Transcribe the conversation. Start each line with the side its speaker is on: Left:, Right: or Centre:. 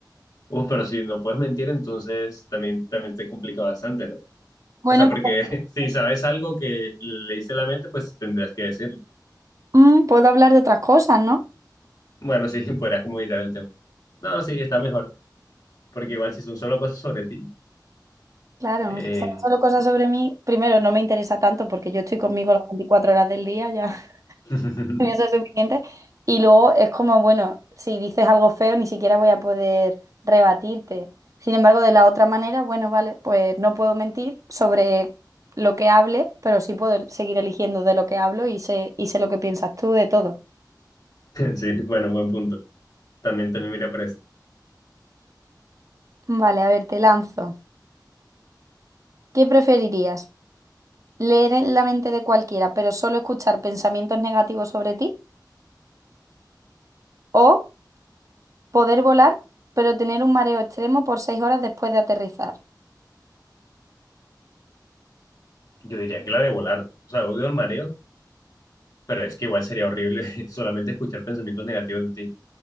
Left: Uf, pero si no puedes mentir, entonces también, también te complica bastante, ¿no?
Right: Bueno,
Left: O sea, porque
Right: pues,
Left: <laughs> si sabes algo que leíste en la mente, pues tendrías que decirlo.
Right: mm, puedo hablar de otras cosas, ¿no?
Left: Bueno, sí, <laughs> podrías como evitar el tema. No, no, sí, está mejor, porque igual si son solo cosas sobre ti.
Right: Claro,
Left: eh,
Right: si son solo cosas sobre mí, primero no me interesa tanto porque yo estoy conmigo las 24 horas del día ya.
Left: <laughs>
Right: con eso es suficiente. Y luego es como, bueno, si dices algo feo, ni siquiera voy a poder rebatirte. Sin embargo, de la otra manera, bueno, vale, pues no puedo mentir sobre lo que hable, pero sí puedo seguir eligiendo de lo que hablo y sé, y sé lo que piensas tú de todo.
Left: Sí, bueno, buen punto. También, también mira por eso.
Right: Vale, a ver, te lanzo. ¿Qué preferirías? ¿Leer en la mente de cualquiera, pero solo escuchar pensamientos negativos sobre ti? ¿O poder volar, pero tener un mareo extremo por seis horas después de aterrizar?
Left: Yo diría que la de volar, ¿no? O sea, odio el mareo, pero es que igual sería horrible <laughs> solamente escuchar pensamientos negativos de ti.